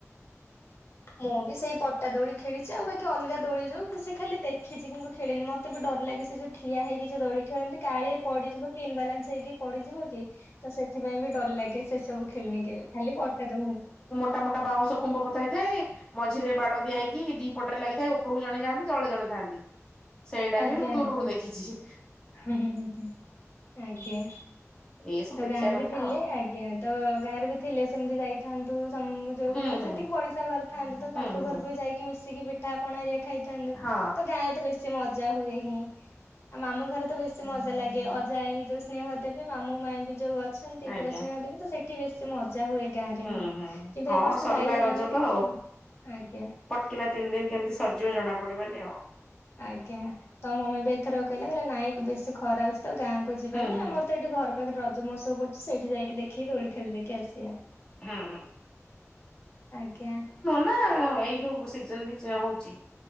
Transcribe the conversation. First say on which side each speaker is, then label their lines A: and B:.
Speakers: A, on the left; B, on the left.
A: ମୁଁବି ସେଇ ପଟା ଦୋଳି ଖେଳିଚି ଆଉ ବାକି ଅଲଗା ଦୋଳି ଯୋଉକି ସେଖାଲି ଦେଖିଚି କିନ୍ତୁ ଖେଳିନି ମତେବି ଡର ଲାଗେ ସେ ଯୋଉ ଠିଆ ହେଇକି ଯୋଉ ଦୋଳି ଖେଳନ୍ତି କାଳେ ପଡ଼ିଯିବକି ଇନବାଲାନ୍ସ ହେଇକି ପଡ଼ିଯିବକି ତ ସେଠି ସେଥିପାଇଁବି ଡର ଲାଗେ ସେସବୁ ଖେଳିନି କେବେ ଖାଲି ପଟା ଦୋଳି।
B: ମୋଟାମୋଟା ବାଉଁଶ ଖୁମ୍ଭ ପୋତା ହେଇଥାଏ ମଝିରେ ବାଡ଼ ଦିଆ ହେଇକି ଦି ପଟରେ ଲାଗିଥାଏ ଉପରକୁ ଜଣେ ଯାଆନ୍ତି ତଳେ ଜଣେ ଥାନ୍ତି। ସେଇଟା
A: ଆଜ୍ଞା
B: ବି ମୁଁ
A: ଆଜ୍ଞା
B: ଦୂରରୁ ଦେଖିଚି।
A: ହୁଁ ହୁଁ ହୁଁ ଆଜ୍ଞା
B: ଏଇ ସବୁ
A: ତ
B: ଦେଖିବା
A: ଗାଁରେବି
B: କଥା
A: ଥିଲେ
B: ଆଉ
A: ଆଜା ଆଜ୍ଞା ତ ଗାଁରେବି ଥିଲେ ସେମିତି ଯାଇଥାନ୍ତୁ ସମୁ ଯୋଉ
B: ହୁଁ ହୁଁ
A: ଯେତିକି ପଡ଼ିଶା ଘର ଥାନ୍ତି ତତାଙ୍କ
B: ହୁଁ ହୁଁ
A: ଘରକୁବି ଯାଇକି ମିଶିକି ପିଠା ପଣାଘରିକା ଖାଇଥାନ୍ତୁ
B: ହଁ।
A: ତ ଗାଁରେତ ବେଶୀ ସେ ମଜା ହୁଏ ହିଁ ଆଉ ମାମୁଁ ଘରେ ତ ବେଶୀ ମଜା ଲାଗେ ଅଜା ଆଇ ହିଁ ଯୋଉ ସ୍ନେହ ଦେବେ ମାମୁଁ ମାଇଁବି ଯୋଉ ଅଛନ୍ତି
B: ଆଜ୍ଞା
A: ପୁରା ସ୍ନେହ ଦେବେ ତସେଇ ଏଠି ବେଶୀ ମଜା ହୁଏ ଗାଁରେ
B: ହୁଁ
A: ହିଁ
B: ହୁଁ
A: କିନ୍ତୁ
B: ହଁ
A: ଏ ବର୍ଷ
B: ସରିଲା
A: ଯାଇ ହେଲାନି
B: ରଜ ତ
A: ଗାଁକୁ ଆଉ ଆଜ୍ଞା।
B: ପଟକିନା ତିନି ଦିନ କେମିତି ସରିଯିବ ଜଣା ପଡ଼ିବନି ଆଉ।
A: ଆଜ୍ଞା ତମମିବି ଏଥର କହିଲେ କହିଲେ ନାଇ ବେଶୀ ଖରା ହଉଚିତ ଗାଁକୁ କୁ ଯିବାନି
B: ହୁଁ ହୁଁ
A: ଆମରତ ଏଇଠି ଘର ପାଖରେ ରଜ ମହତ୍ସବ ପଡ଼ୁଚି ସେଇଠି ଯାଇକି ଦେଖିକି ଦୋଳି ଖେଳି ଦେଇକି ଆସିବା।
B: ହଁ।
A: ଆଜ୍ଞା।
B: ନା ଏଇ ଯୋଉ ସିଜନବି ହଉଚି?